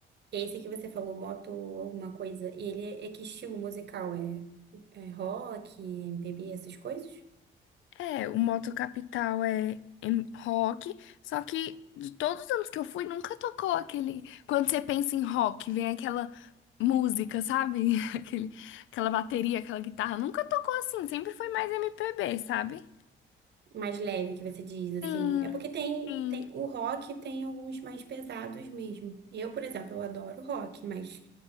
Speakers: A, on the right; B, on the left.
A: Esse que você falou, moto alguma coisa, ele é, é que estilo musical? É, é rock, MPB, essas coisas?
B: É, o Moto Capital é em rock, só que de todos os anos que eu fui, nunca tocou aquele. Quando você pensa em rock, vem aquela música, sabe? <laughs> Aquele, aquela bateria, aquela guitarra. Nunca tocou assim, sempre foi mais MPB, sabe?
A: Mais leve que você diz,
B: Sim,
A: assim. É porque tem,
B: sim.
A: tem o rock tem alguns mais pesados mesmo. Eu, por exemplo, eu adoro rock, mas